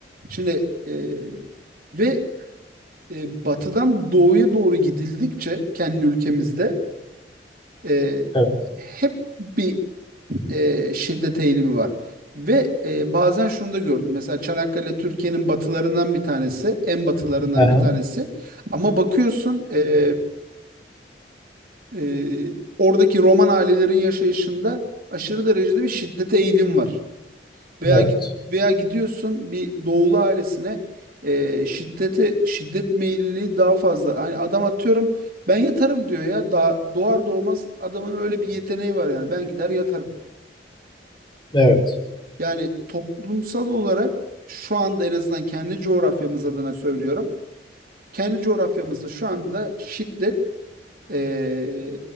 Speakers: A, on the right; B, on the left.
A: Şimdi e, ve e, batıdan doğuya doğru gidildikçe kendi ülkemizde e,
B: Evet.
A: hep bir e, şiddet eğilimi var. Ve e, bazen şunu da gördüm. Mesela Çanakkale Türkiye'nin batılarından bir tanesi, en batılarından
B: Aha,
A: bir tanesi. Ama bakıyorsun e, e, oradaki Roman ailelerin yaşayışında aşırı derecede bir şiddete eğilim var. Veya
B: evet.
A: gid- veya gidiyorsun bir doğulu ailesine e, şiddete şiddet meyilli daha fazla. Hani adam atıyorum ben yatarım diyor ya. Daha doğar doğmaz adamın öyle bir yeteneği var yani. Ben gider yatarım.
B: Evet.
A: Yani toplumsal olarak şu anda en azından kendi coğrafyamız adına söylüyorum. Kendi coğrafyamızda şu anda şiddet e,